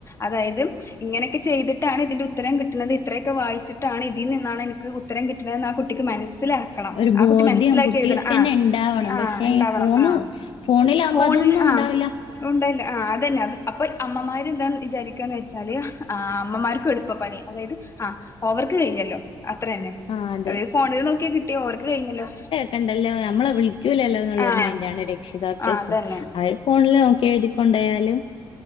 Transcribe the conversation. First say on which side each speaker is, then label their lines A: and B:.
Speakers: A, on the left; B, on the left.
A: അതായത് ഇങ്ങനക്കെ ചെയ്തിട്ടാണ് ഇതിന്റെ ഉത്തരം കിട്ടണത് ഇത്രയൊക്കെ വായിച്ചിട്ടാണ് ഇതിൽ നിന്നാണ് എനിക്ക് ഉ ഉത്തരം കിട്ടണന്ന് ആഹ് കുട്ടിക്ക് മനസ്സിലാക്കണം
B: ഒരു
A: ആഹ്
B: ബോധ്യം
A: കുട്ടി മനസ്സിലാക്കി
B: കുട്ടികൾക്ക്
A: എഴുതണം
B: തന്നെ
A: ആഹ്
B: ഉണ്ടാവണം
A: ആഹ്
B: പക്ഷെ
A: ഇണ്ടാവണം
B: ഈ ഫോണ്
A: ആഹ്
B: ഫോണിലാകുമ്പോ
A: ഫോണില്
B: അതൊന്നും ഉണ്ടാവില്ല
A: ആഹ് ഉണ്ടല്ല ആഹ് അതന്നെ അത് അപ്പൊ അമ്മമാര് എന്താന്ന് വിചാരിക്കാന്ന് വെച്ചാല് ആഹ് അമ്മ്മാർക്കും എളുപ്പം പണി അതായത് ആഹ് ഓവർക്ക് കഴിഞ്ഞല്ലോ അത്ര തന്നെ
B: ആ അതെ
A: അതായത് ഫോണിൽ നോക്കിയാ കിട്ടിയോ ഓർക്ക് കഴിഞ്ഞല്ലോ
B: കണ്ടല്ലോ നമ്മളെ വിളിക്കൂലല്ലോ എന്നുള്ളരു
A: ആഹ്
B: മൈൻഡാണ് രക്ഷിതാക്കൾക്കും
A: ആഹ് അതന്നെ
B: അവര് ഫോണില് നോക്കി എഴുതികൊണ്ടായാലും